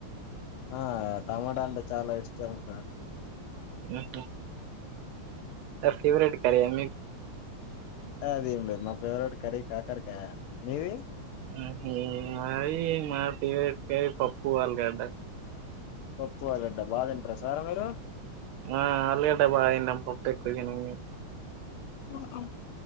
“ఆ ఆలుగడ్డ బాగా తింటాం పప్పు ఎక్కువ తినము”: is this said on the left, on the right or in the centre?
Right